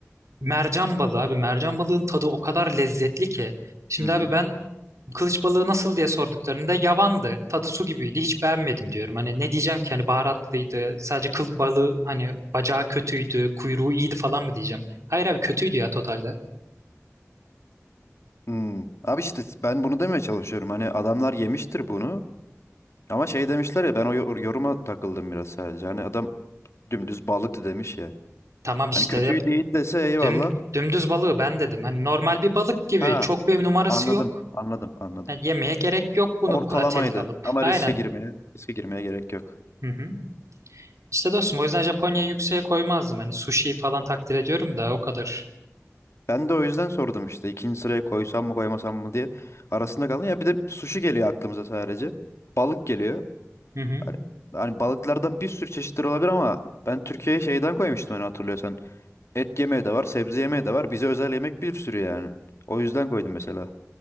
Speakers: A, on the right (about 70°); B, on the left (about 55°).
A: mercan balığı abi. Mercan balığın tadı o kadar lezzetli ki. Şimdi
B: hı.
A: abi ben kılıç balığı nasıl diye sorduklarında yavandı. Tadı su gibiydi. Hiç beğenmedim diyorum. Hani ne diyeceğim ki hani baharatlıydı. Sadece kıl balığı hani bacağı kötüydü, kuyruğu iyiydi falan mı diyeceğim? Hayır abi kötüydü ya totalde.
B: Hmm. Abi işte ben bunu demeye çalışıyorum. Hani adamlar yemiştir bunu. Ama şey demişler ya ben o yor- yoruma takıldım biraz sadece. Hani adam dümdüz balıktı demiş ya.
A: Tamam işte
B: Hani kötüydü iyi dese eyvallah.
A: Düm, dümdüz balığı ben dedim. Hani normal bir balık gibi.
B: Ha
A: Çok bir numarası
B: anladım
A: yok.
B: anladım anladım.
A: Yani yemeye gerek yok bunu
B: Ortalamaydı
A: bu kadar tehlike alıp.
B: ama
A: Aynen.
B: riske girmeye riske girmeye gerek yok.
A: Hı hı. İşte dostum o yüzden Japonya'yı yükseğe koymazdım. Hani sushi falan takdir ediyorum da o kadar.
B: Ben de o yüzden sordum işte ikinci sıraya koysam mı koymasam mı diye arasında kaldım. Ya bir de sushi geliyor aklımıza sadece. Balık geliyor.
A: Hı hı.
B: Hani, hani balıklardan bir sürü çeşitleri olabilir ama ben Türkiye'ye şeyden koymuştum hani hatırlıyorsan. Et yemeği de var, sebze yemeği de var. Bize özel yemek bir sürü yani. O yüzden koydum mesela.